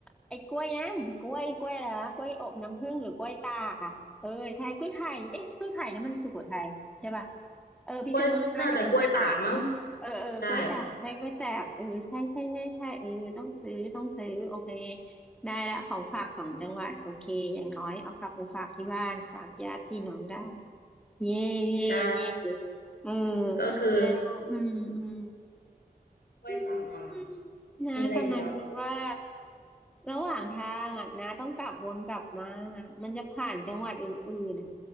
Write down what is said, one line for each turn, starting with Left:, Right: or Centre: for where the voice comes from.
Centre: ไอ้กล้วยนะกล้วยกล้วยอะไรวะกล้วยอบน้ำผึ้งหรือกล้วยตากอะเออใช่กล้วยไข่เอ๊ะกล้วยไข่นั่นมันสุโขทัยใช่ป่ะเออพิษณุโลกน่าจะเป็นกล้วยตาก
Left: กล้วยน่าจะกล้วยตากมั้ง
Centre: เออเออกล้วยตากใช่กล้วยตากเออใช่ใช่ใช่ใช่เออต้องซื้อต้องซื้อโอเค
Left: ใช่
Centre: ได้ละของฝากสองจังหวัดโอเคอย่างน้อยเอากลับไปฝากที่บ้านฝากญาติพี่น้องได้เย่เย่เย่
Left: ใช่
Centre: เออ
Left: ก็คือ
Centre: แล้วอืมอืม
Left: กล้วยตาก
Centre: อืมน้ากำลังคิดว่า
Left: มีอะไรอีกอ่ะ
Centre: ระหว่างทางอ่ะน้าต้องกลับวนกลับมามันจะผ่านจังหวัดอื่นๆอ่ะ